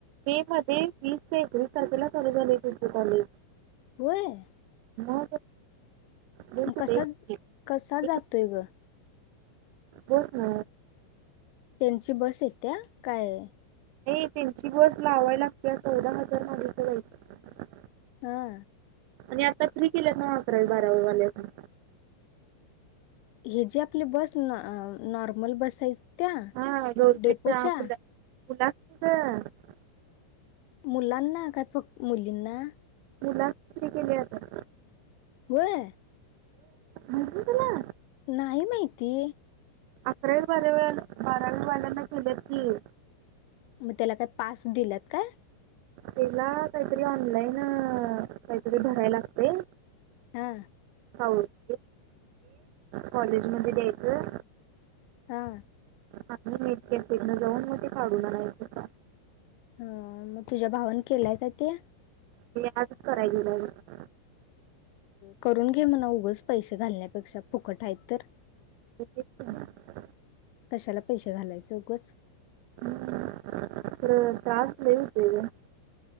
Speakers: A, on the right; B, on the left.
A: मे मध्ये वीस ते एकवीस तारखेला चालू झालंय त्याचं कॉलेज.
B: होय.
A: मग? दोन
B: मग
A: कुठे
B: कसा, कसा
A: एक
B: जातोय ग?
A: बस न.
B: त्यांची बस येत्या काय.
A: नाही त्यांची बस लावायला लागत चौदा हजार मागितलं बाई.
B: हा.
A: आणि आता फ्री केल्यात ना अकरावी बारावी वाल्याना.
B: हे जे आपली बस, नॉर्मल बस आहेत त्या.
A: हा गव्हर्नमेंटच्या
B: डेपोच्या
A: <inaudible> फुला फुला <unintelligible>
B: मुलांना काय फक्त मुलींना?
A: मुलांना फ्री केले आता.
B: होय.
A: माहित नाही तुला
B: नाही माहिती.
A: अकरावी बाराव बारावी वाल्यांना केल्यात की.
B: मग त्याला काय पास दिल्यात काय?
A: तेला काहीतरी ऑनलाईन काहीतरी भरायला लागतंय.
B: हा.
A: फॉ <unintelligible> कॉलेज मध्ये द्यायचं.
B: हा.
A: आणि हेत <unintelligible> तिथंन जाऊन मग ते काढून आणायचं.
B: ह मग तुझ्या भावन केलाय काय ते?
A: ते आजच कराय गेल्यावर.
B: करून घे म्हणावं उघंच पैसे घालण्यापेक्षा फुकट आहे तर.
A: <unintelligible>
B: कसाला पैसे घालायचं उगंच.
A: <inaudible> <unintelligible> खरं टास्क लय होते ग.